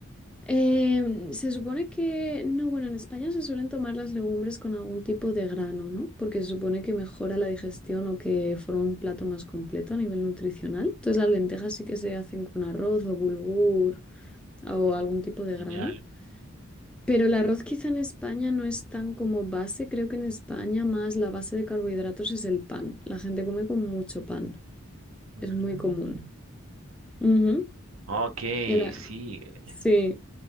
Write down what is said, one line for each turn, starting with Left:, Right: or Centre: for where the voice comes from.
Centre: Em, se supone que, no, bueno, en España se suelen tomar las legumbres con algún tipo de grano, ¿no? Porque se supone que mejora la digestión o que forma un plato más completo a nivel nutricional. Entonces las lentejas sí que se hacen con arroz o bulgur. o algún tipo de grano.
Right: Genial.
Centre: Pero el arroz quizá en España no es tan como base. Creo que en España más la base de carbohidratos es el pan. La gente come con mucho pan.
Right: Mm,
Centre: Es muy común. Ujú.
Right: Ok,
Centre: El a-
Right: sí, eh,
Centre: sí.